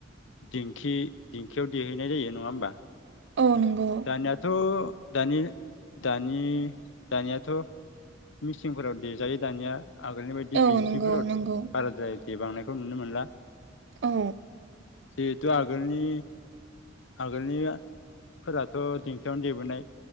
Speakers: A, on the left; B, on the right.
A: दिंखि दिंखियाव देहैनाय जायो नङा होमबा?
B: औ नंगौ
A: दानियाथ'‌ दानि दानि दानियाथ मिचिंफ‍ोराव देजायो दानिया आगोलनि बायदि
B: औ
A: दिंखिफोराव
B: नंगौ नंगौ
A: बाराद्राय देबांनायखौ नुनो मोनला।
B: औ
A: बेथ' आगोलनि आगोलनिफोराथ' दिंखियावनो देबोनाय